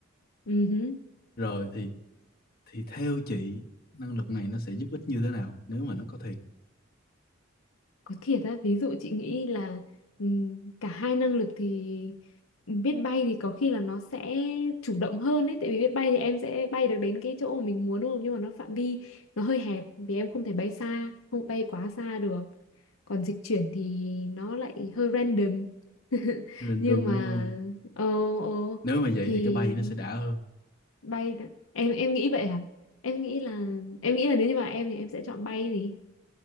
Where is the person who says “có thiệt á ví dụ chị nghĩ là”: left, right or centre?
Left